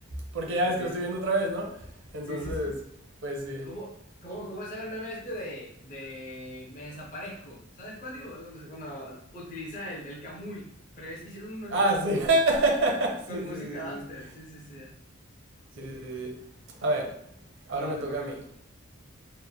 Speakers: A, on the right; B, on the left.
A: Porque ya
B: El
A: ves
B: de.
A: que lo estoy viendo otra vez, ¿no? Entonces,
B: Sí, sí, sí.
A: pues sí.
B: ¿Cómo, cómo, cómo se llama el meme este de, de me desaparezco? ¿Sabes cuál digo? Donde- Cuando utiliza el, el Kamui. Pero es que hicieron un meme
A: Ah, sí.
B: con,
A: <laughs>
B: mu- con
A: sí,
B: música
A: sí, sí,
B: dubstep.
A: sí,
B: Sí, sí, sí.
A: sí. sí, sí. A ver, ahora
B: Bueno,
A: me
B: te
A: toca
B: toca.
A: a mí.